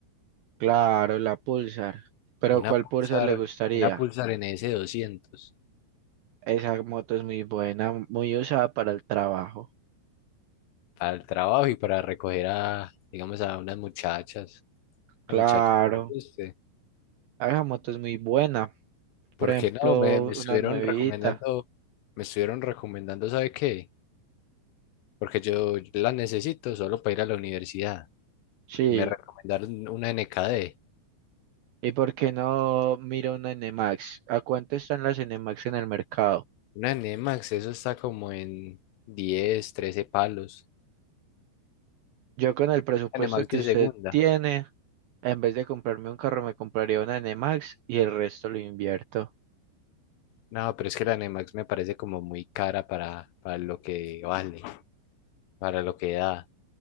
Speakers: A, on the right; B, on the left.
A: Claro, la Pulsar. Pero
B: Una
A: ¿cuál
B: Pulsar,
A: Pulsar le gustaría?
B: una Pulsar N S doscientos
A: Esa moto es muy buena, muy usada para el trabajo.
B: para el trabajo y para recoger a, digamos, a unas muchachas.
A: Claro,
B: la muchacha que me guste.
A: esa moto es muy buena.
B: Porque
A: Por ejemplo,
B: no, me, me estuvieron
A: una nuevita.
B: recomendando, me estuvieron recomendando, ¿sabe qué? Porque yo la necesito solo para ir a la universidad.
A: Sí.
B: Me recomendaron una N K D
A: ¿Y por qué no mira una NMAX? ¿A cuánto están las NMAX en el mercado?
B: Una NMAX, eso está como en 10 13 palos.
A: Yo con el presupuesto
B: Una NMAX
A: que
B: de
A: usted
B: segunda.
A: tiene, en vez de comprarme un carro, me compraría una NMAX y el resto lo invierto.
B: No, pero es que la NMAX me parece como muy cara para, para lo que vale, para lo que da.